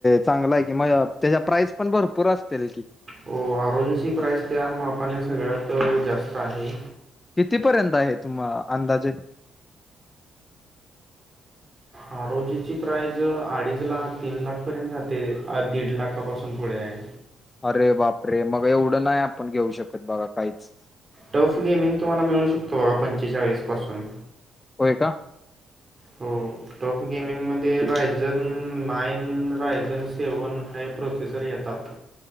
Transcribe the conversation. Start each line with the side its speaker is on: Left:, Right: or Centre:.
Left: चांगला आहे की मग त्याच्या प्राईस पण भरपूर असतील की,
Right: हो आरोजीची प्राईस त्या मापाने सगळ्यात जास्त आहे.
Left: कितीपर्यंत आहे तुम्हा अंदाजे
Right: आरोजीची प्राईज अडीच लाख तीन लाखपर्यंत जाते दीड लाखापासून पुढे आहे.
Left: अरे बाप रे मग एवढं नाही आपण घेऊ शकत बघा काहीच
Right: टफ गेमिंग तुम्हाला मिळू शकतो बघा पंचेचाळीसपासून
Left: होय का?
Right: हो टॉप गेमिंगमध्ये रायझन नाईन रायझन सेवन हे प्रोसेसर येतात.